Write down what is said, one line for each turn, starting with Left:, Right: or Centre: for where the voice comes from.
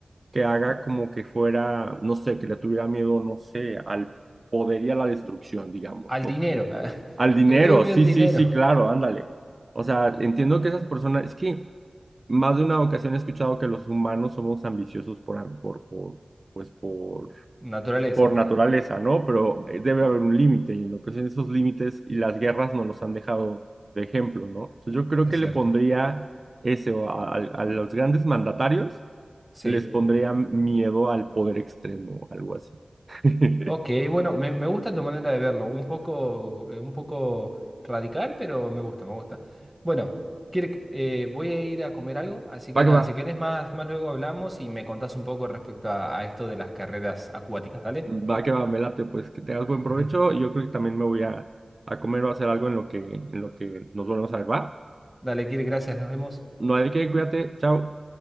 Right: que haga como que fuera, no sé, que le tuviera miedo, no sé, al poder y a la destrucción, digamos,
Centre: Al
Right: no
Centre: dinero.
Right: sé.
Centre: <laughs>
Right: Al dinero,
Centre: Que le tenga miedo
Right: sí,
Centre: al dinero.
Right: sí, sí, claro, ándale. O sea, entiendo que esas personas, es que más de una ocasión he escuchado que los humanos somos ambiciosos por, am- por, por, pues por
Centre: Naturaleza,
Right: por
Centre: ponele.
Right: naturaleza, ¿no? Pero eh, debe haber un límite y en lo que son esos límites y las guerras nos los han dejado de ejemplo, ¿no? Entonces yo creo
Centre: Es
Right: que le
Centre: cierto.
Right: pondría ese o a, a- a los grandes mandatarios,
Centre: Sí.
Right: les pondría miedo al poder extremo, algo así. <laughs>
Centre: Ok, bueno, me, me gusta tu manera de verlo, un poco, eh, un poco radical, pero me gusta, me gusta. Bueno, quiere- eh, voy a ir a comer algo, así que
Right: Va
Centre: nada,
Right: que va,
Centre: si querés más, más luego hablamos y me contás un poco respecto a, a esto de las carreras acuáticas, dale.
Right: va que va, me late, pues que tengas buen
Centre: <laughs>
Right: provecho
Centre: Ujú.
Right: y yo creo que también me voy a, a comer o a hacer algo en lo que, en lo que nos volvemos a ver, ¿va?
Centre: Dale, Kirk, gracias, nos vemos.
Right: No hay de qué, cuídate, chao.